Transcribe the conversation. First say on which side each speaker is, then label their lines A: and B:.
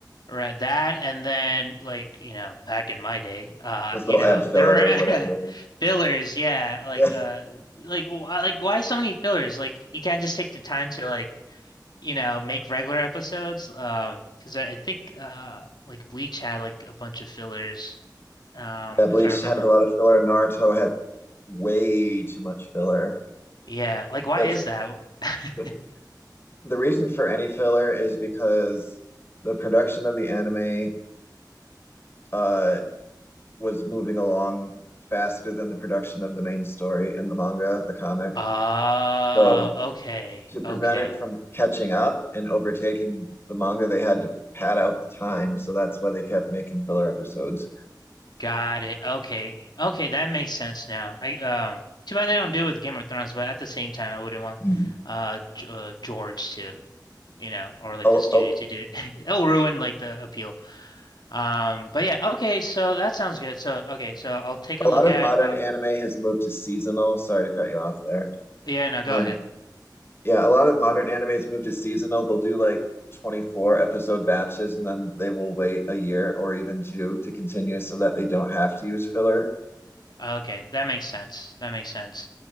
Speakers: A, on the left; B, on the left.
A: Right, that and then like you know back in my day uh
B: because
A: you
B: they'll
A: know
B: add filler
A: there were
B: or whatever.
A: <laughs> fillers yeah like
B: <laughs> Yeah.
A: uh like why like why so many fillers like you can't just take the time to like you know, make regular episodes. Um, because I, I think uh like Bleach had like a bunch of fillers, um,
B: Yeah, Bleach
A: if I remember.
B: had a lot of filler. Naruto had way too much filler.
A: Yeah, like why
B: But
A: is that? <laughs>
B: but the reason for any filler is because the production of the anime uh was moving along faster than the production of the main story in the manga, the comic.
A: Oh,
B: So
A: okay,
B: to prevent
A: okay.
B: it from catching up and overtaking the manga, they had to pad out the time. So that's why they kept making filler episodes.
A: Got it. Okay. Okay, that makes sense now. I um too bad they don't do it with Game of Thrones, but at the same time I wouldn't want
B: Mhm.
A: uh, G uh George to, you know, or like
B: A,
A: the studio
B: a,
A: to do it. <laughs> It'll ruin like the appeal. Um, but yeah, okay, so that sounds good. So okay, so I'll take a
B: a lot
A: look
B: of
A: at
B: modern
A: uh
B: anime has moved to seasonal. Sorry to cut you off there.
A: yeah, no, go
B: Um,
A: ahead.
B: Yeah, a lot of modern animes move to seasonal. They'll do like 24 episode batches and then they will wait a year or even two to continue so that they don't have to use filler.
A: Okay, that makes sense. That makes sense.